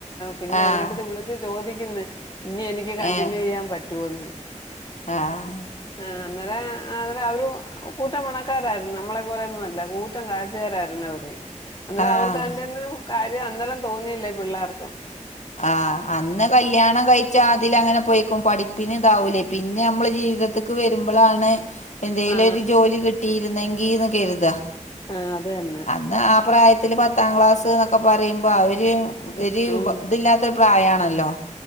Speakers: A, on the left (about 35°); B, on the left (about 65°).
A: പിന്നെ
B: ആഹ്
A: അവരടുത്ത് വിളിച്ച്. ചോദിക്കുന്നെ ഇനി എനിക്ക് കണ്ടിന്യൂ
B: ഏഹ്
A: ചെയ്യാൻ പറ്റൊന്ന്.
B: ആഹ്
A: ആഹ് അന്നേര അന്ന അവര് ഒരു കൂറ്റപ്പണക്കാരായിരുന്നു നമ്മളെ പോലെയൊന്നും അല്ല പൂ ത്തൻ കാശ്കാരായിരുന്നു അവര് അന്നേരം
B: ആഹ്
A: അവർക്ക് അയ്ന്റൊന്നും കാര്യം അന്നേരം തോന്നിയില്ല ഈ പിള്ളേർക്ക്.
B: ആഹ് അന്ന് കല്ല്യാണം കഴ് ച്ച് ആ അതില് അങ്ങനെ പോയ്ക്കും പഠിപ്പിന് ഇതാവൂലേ പിന്നെ നമ്മള് ജീവിതത്തിക്ക് വരുമ്പോളാണ് എന്തേലും
A: ആ
B: ഒരു ജോലി കിട്ടിയിരുന്നെങ്കിൽന്ന് കരുതാ
A: ആ അത് തന്നെ
B: അന്ന് ആ പ്രായത്തി ഇതിൽ പത്താം ക്ലാസ് എന്നൊക്കെ പറയുമ്പോ അവര് ഒര്
A: ഉം
B: ഇതില്ലാത്ത പ്രായണല്ലോ?